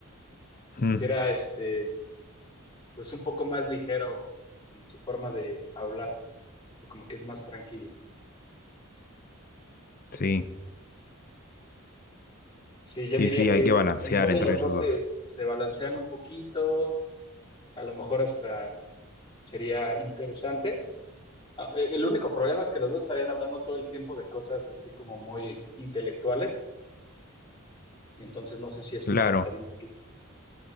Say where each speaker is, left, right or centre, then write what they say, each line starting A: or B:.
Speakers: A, on the left; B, on the left.
A: mm,
B: que era este, pues un poco más ligero en su forma de hablar, como que es más tranquilo.
A: sí,
B: Sí,
A: sí,
B: yo diría
A: sí,
B: que
A: hay que balancear
B: igual
A: entre
B: y los
A: los
B: dos
A: dos.
B: se, se balancean un poquito, a lo mejor hasta sería interesante. Ah, eh, El único problema es que los dos estarían hablando todo el tiempo de cosas así como muy intelectuales, entonces no sé si eso
A: Claro.
B: me cansaría un poquito.